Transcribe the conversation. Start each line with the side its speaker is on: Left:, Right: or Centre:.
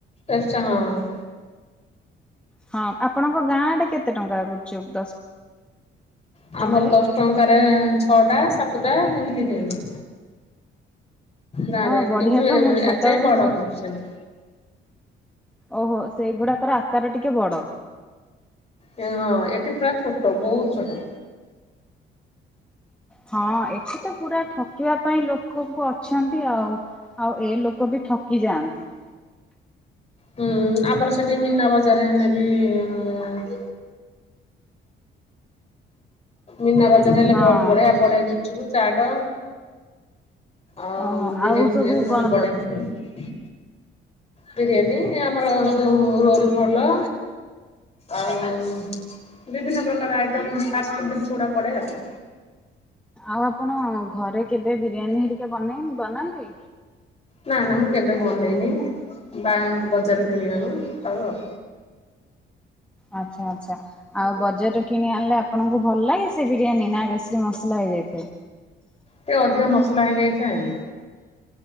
Left: ଏକଷ୍ଟ୍ରା ହଁ।
Centre: ହଁ ଆପଣଙ୍କ ଗାଁଆଡେ କେତେ ଟଙ୍କା ଗୁପଚୁପ୍ ଦଶ
Left: ଆମର
Centre: ଟଙ୍କାରେ?
Left: ଦଶ ଟଙ୍କାରେ ଛଅଟା ସାତଟା ଏମିତି ଦିଅନ୍ତି। ଗାଁ
Centre: ହଁ
Left: ରେ
Centre: ବଢିଆ
Left: କେମିତି ବେଳେ
Centre: ତ
Left: ବେଳେ
Centre: ମୁଁ ଛୋଟ
Left: ଆଯାଏଁ ବଡ
Centre: ମୁଁ
Left: କେମିତି ସେମି
Centre: ଓହୋ ସେଇଗୁଡାକର ଆକାର ଟିକେ ବଡ।
Left: କେ ହଁ ଏଠି ପୁରା ଛୋଟ ବହୁତ ଛୋଟ।
Centre: ହଁ ଏଠି ତ ପୁରା ଠକିବା ପାଇଁ ଲୋକଙ୍କୁ ଅଛନ୍ତି ଆଉ। ଆଉ ଏ ଲୋକ ବି ଠକି ଯାଆନ୍ତି।
Left: ହୁଁ ଆମର ସେଠି ମିନା ବଜାରରେ ହେଲେେ ବି ମୀନା ବାଜାର ହେଲେ
Centre: ହଁ।
Left: ପ ବଢିଆ ପଡେ ଗୁପଚୁପ୍ ଚାଟ ଆଉ
Centre: ଓହୋ
Left: ବିରିୟାନୀ
Centre: ଆଉ ସବୁ
Left: ଫିରିୟାନୀ
Centre: କଣ
Left: ଭଲ ପଡେ ଏଠି। ବିରିୟାନୀ ଆମର ଯୋଉ ରୋଲ ଫୋଲ ଆଉ ବିଭିନ୍ନ ପ୍ରକାର ଆଇଟମ୍ ଫାଷ୍ଟଫୁଡ୍ ଜିନିଷ ଗୁଡା ପଡେ ଆଉ।
Centre: ଆଉ ଆପଣ ଘରେ କେବେ ବିରିୟାନୀ ହେରିକା ବନି ବନାନ୍ତି?
Left: ନା ନା ମୁଁ କେବେ ବନେଇନି ବା ବଜାରରୁ କିଣି ଆଣୁ ଖାଉ ଆଉ।
Centre: ଆଚ୍ଛା ଆଚ୍ଛା। ଆଉ ବଜାରରେ କିଣି ଆଣିଲେ ଆପଣଙ୍କୁ ଭଲ ଲାଗେ ସେ ବିରିୟାନୀ ନା ବେଶୀ ମସଲା ହେଇଯାଇଥାଏ?
Left: ଟିକେ ଅଧିକା ମସଲା ହେଇଯାଇଥାଏ ଆଉ।